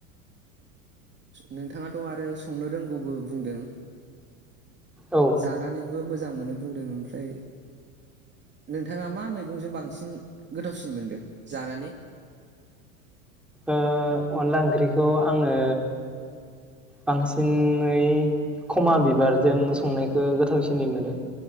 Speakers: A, on the right; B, in the centre.
A: नोंथाङाथ' आरो संनो रोंगौबो बुंदों
B: औ ओ
A: जानानै मोजां मोनो बुंदों ओमफ्राय नोंथाङा मा मैगंजों बांसिन गोथावसिन मोनदों जानानै
B: ओ अनला ओंख्रिखौ आङो बांसिनै खमा बिबारजों संनायखौ गोथावसिनै मोनो